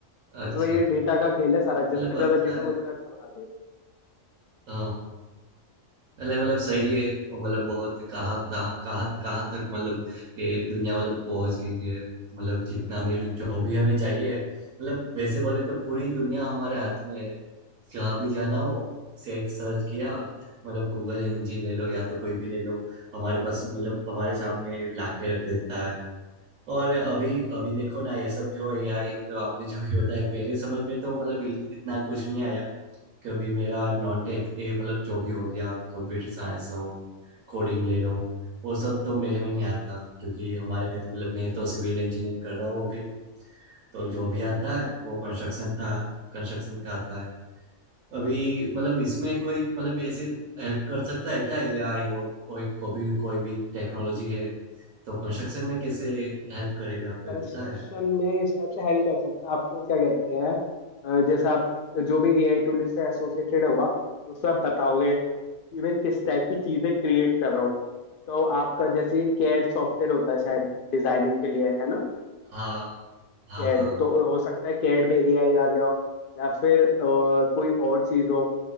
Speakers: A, on the left; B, on the right.
A: बस
B: अच्छा
A: वही ये डेटा का खेल है सारा
B: मतलब
A: जिस पे ज्यादा
B: अच्छा
A: डेटा
B: है
A: उतना अच्छा बना
B: हाँ। अरे मतलब सही है और मतलब बहुत कहाँ तहाँ कहाँ कहाँ तक मतलब ये दुनिया मतलब पहुंच गई है मतलब जितना भी जो भी हमें चाहिए मतलब वैसे बोले तो पूरी दुनिया हमारे हाथ में है जहाँ भी जाना हो से एक सर्च किया मतलब गूगल इंजन ले लो या तो कोई भी ले लो हमारे पास
A: देगा
B: मतलब हमारे सामने ला के रख देता है और अभी अभी देखो ना ये सब जो एआई है मतलब आपने जो भी बताया मेरे समझ में तो मतलब इतना कुछ नहीं आया कभी मेरा नॉन टेक ए मतलब जो भी हो गया कंप्यूटर साइंस हो कोडिंग ले लो वो सब तो मेरे में नहीं आता क्योंकि हमारे में तो मतलब मैं तो सिविल इंजीनियरिंग कर रहा हूँ अभी तो जो भी आता है वो कंस्ट्रक्शन का कंस्ट्रक्शन का आता है अभी मतलब इसमें कोई मतलब ऐसे हेल्प कर सकता है क्या एआई और कोई को भी कोई भी टेक्नोलॉजी है तो कंस्ट्रक्शन में कैसे हेल्प करेगा कोई
A: कंस्ट्रक्शन
B: पता है
A: में स्टेप से हेल्प कर सकता है आपको क्या कहते हैं अ, जैसे आप जो भी एआई टूल से एसोसिएटेड होगा तो उसमें आप बताओगे कि मैं किस टाइप की चीजें क्रिएट कर रहा हूँ तो आपका जैसे कैड सॉफ्टवेयर होता है शायद डिजाइनिंग के लिए है ना
B: हाँ हाँ
A: कैड
B: हाँ
A: तो हो सकता है कैड में एआई आ गया हो या फिर अ, कोई और चीज हो